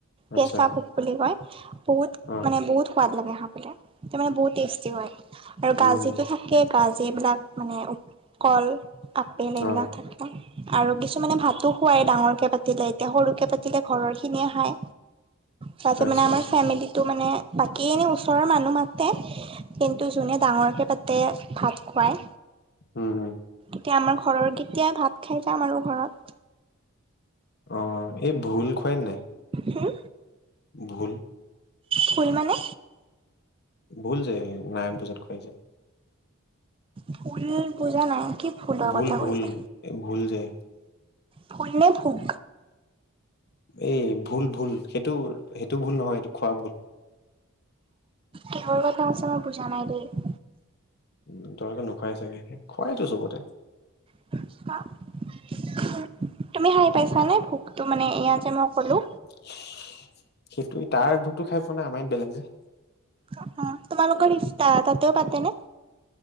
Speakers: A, on the left (about 50°); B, on the right (about 25°).
A: আচ্ছা
B: কেঁচা ভোগ বুলি কয়। বহুত
A: অ
B: মানে বহু সোৱাদ লাগে খাবলে তে মানে বহুত টেষ্টি হয়। আৰু
A: উম
B: গাজিটো থাকে গাজি এইবিলাক মানে কল আপেল
A: অ
B: এইবিলাক থাকে আৰু কিছুমানে ভাতো খোৱাই ডাঙৰকে পাতিলে। এতিয়া সৰুকে পাতিলে ঘৰৰ খিনিয়ে খায়। তাতে মানে
A: আচ্ছা
B: আমাৰ
A: আচ্ছা
B: ফেমেলিটো মানে বাকী এনেই ওচৰৰ মানুহ মাতে, কিন্তু যোনে ডাঙৰকে পাতে ভাত খুৱায়।
A: উম,
B: এতিয়া আমাৰ ঘৰৰ কেইতিয়া ভাত খাই যাম আৰু ঘৰত।
A: অ, এই ভুল খুৱাই নে নাই।
B: হুম,
A: ভুল।
B: ভুল মানে?
A: ভুল যে নাৰায়ণ পূজাত। খুৱাই যে।
B: ভুল বুজা নাই কি ফুলৰ
A: ভুল-ভুল,
B: কথা কৈছে
A: ভুল যে।
B: ভুল নে ভোগ?
A: এই ভুল-ভুল সেইটো-সেইটো ভুল নহয়, এইটো খোৱা ভুল।
B: কিহৰ কথা কৈছা মই বুজা নাই দেই।
A: উম, তহতে নোখোৱাই চাগে সেই খোৱাইতো চবতে।
B: <unintelligible> তুমি হাৰ পাইছানে ভোকতটো মানে এয়া যে মই কলো।
A: <unintelligible> সেইটো তাৰ দুতো খাই পোৱা নাই আমাৰ বেলেগ যে।
B: অ, তোমালোকৰ ইফতা তাতে পাতে নে?